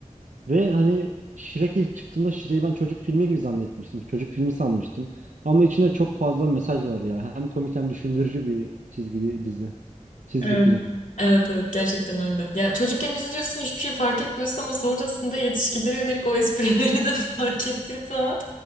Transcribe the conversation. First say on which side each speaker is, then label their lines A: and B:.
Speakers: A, on the right; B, on the left.
A: Ve hani Shrek ilk çıktığında Shrek'i ben çocuk filmi gibi zannetmiştim. Çocuk filmi sanmıştım. Ama içinde çok fazla mesaj var ya. Hem komik hem düşündürücü bir çizgi dizi. Çizgi
B: Evet.
A: film.
B: Evet evet gerçekten öyle. Ya çocukken izliyorsun hiçbir şey fark etmiyorsun ama sonrasında yetişkinlere yönelik o esprileri de <laughs> fark ettiği zaman